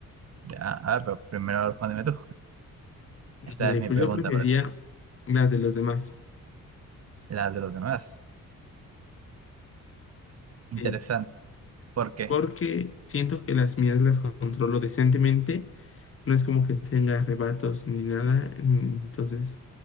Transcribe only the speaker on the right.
Ya, a ver, pero primero respóndeme tú. Esta
es mi
pregunta
para ti.
la de los demás. Interesante.
¿Por qué?